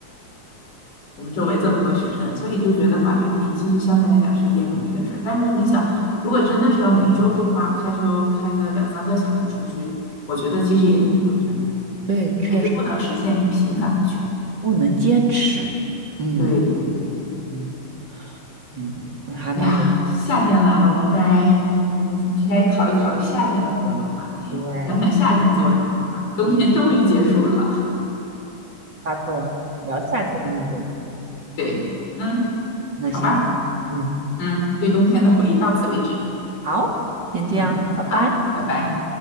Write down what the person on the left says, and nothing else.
我们周围这么多雪山，所以就觉得滑雪题其实相对来讲是一件容易的事儿。但如果你想，如果真的是要每周都花开车开个两三个小时出去，我觉得其实也挺挑战，
也就不能实现频繁的去滑
对对对，
哎呀，夏天来了，我们应该我们应该考虑考虑夏天的活动啦，
想想夏天做什么啦。冬天终于结束了，
对，嗯，
好吧，
嗯，对冬天的回忆到此为止，
嗯，
啊，拜拜。